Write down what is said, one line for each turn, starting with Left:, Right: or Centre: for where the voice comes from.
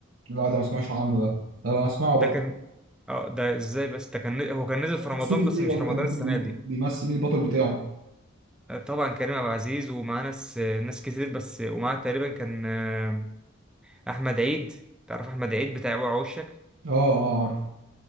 Right: لا ده ما سمعش عنه ده ده انا اسمعه
Centre: ده
Right: بقى
Centre: كان اه ده ازاي بس ده كان هو كان نزل في رمضان
Right: قصته
Centre: بس
Right: ايه
Centre: مش
Right: ولا
Centre: رمضان
Right: كان
Centre: السنة
Right: مين
Centre: دي
Right: بيمثل مين البطل بتاعه
Centre: طبعا كريم عبد العزيز ومعاه ناس ناس كتير بس ومعاه تقريبا كان آه، احمد عيد تعرف احمد عيد بتاع وعوشك
Right: اه اه عارف